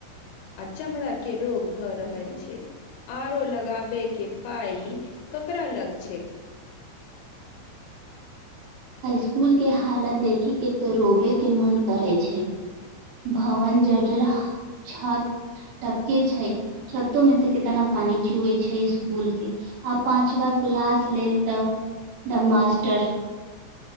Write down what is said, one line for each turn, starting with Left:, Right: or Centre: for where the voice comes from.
Left: आ चमड़ा के रोग भऽ रहल छै आरो लगाबे के पाई ककरा लग छै
Right: स्कूल के हालत देखी के तो रोवे के मन करे छै भवन जर्जर छत टपके छै छतो मे से कितना पानी चुवै छै इसकुल के आ पाचवा क्लास लेल तऽ द मास्टर